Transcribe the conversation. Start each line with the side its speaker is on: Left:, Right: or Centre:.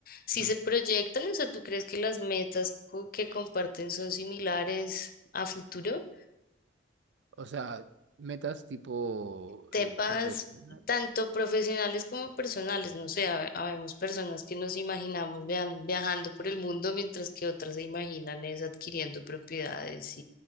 Left: Si
Right: Mm.
Left: se proyectan, o sea, ¿tú crees que las metas co- que comparten son similares a futuro?
Right: O sea, metas tipo
Left: Temas
Right: eh, profesional,
Left: tanto profesionales como personales, no sé, hab- habemos personas que nos imaginamos vean- viajando por el mundo, mientras que otras se imaginan es adquiriendo propiedades